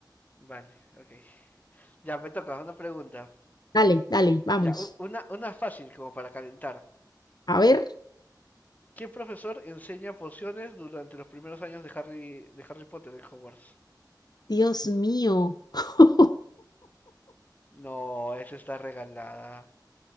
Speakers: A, on the left; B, on the left.
A: Vale, ok. Ya me toca una pregunta.
B: Dale, dale, vamos.
A: Ya, u- una, una fácil como para calentar.
B: A ver,
A: ¿Qué profesor enseña pociones durante los primeros años de Harry, de Harry Potter en Hogwarts?
B: Dios mío. <laughs>
A: No, esa está regalada.